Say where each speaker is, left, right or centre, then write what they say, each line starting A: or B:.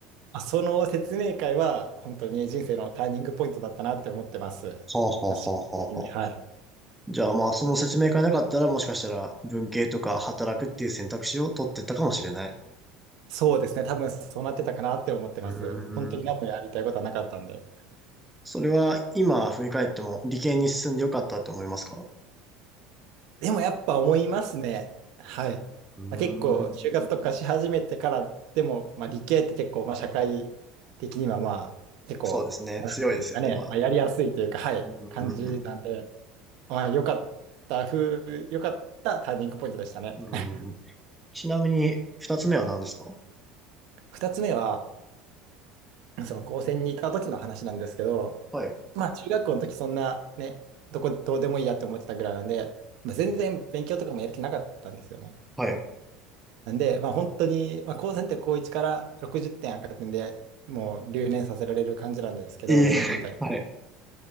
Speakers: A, on the right; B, in the centre.
A: まあ、その説明会は本当に人生のターニングポイントだったなって思ってます。
B: あ、はあ、はあ、
A: 私的にはい。
B: はあ、はあ。じゃあ、まあ、その説明会なかったら、もしかしたら、文系とか働くっていう選択肢を取ってたかもしれない。
A: そうですね、多分そうなってたかなって思ってます。
B: うー
A: 本当に何もやりたいことはなかったんで。
B: ん。それは、今、振り返っても、理系に進んでよかったって思いますか
A: でもやっぱ思いますね。はい。
B: うーん。
A: まあ、結構、就活とかし始めてからでも、まあ、理系って結構、まあ、社会的には、まあ、結構、
B: そうですね。
A: まあ、
B: 強いですよね、
A: なんていうんですかね、
B: まあ。
A: まあ、やりやすいというか、はい、
B: うー
A: 感じなんで、
B: ん、
A: まあ、良かったふう、良かったターニングポイントでしたね。
B: うーん
A: <laughs>
B: ちなみに、二つ目は何ですか
A: 二つ目は、その高専にいた時の話なんですけど、
B: はい。
A: まあ、中学校の時そんなね、どこ、どうでもいいやって思ってたぐらいなんで、まあ、全然勉強とかもやる気なかったんですよね。
B: はい。
A: なんで、まあ、本当に、まあ、高専って高1から60点赤くんでもう留年させられる感じなんですけど、
B: ええ
A: 大学みたいな。
B: <laughs> はい。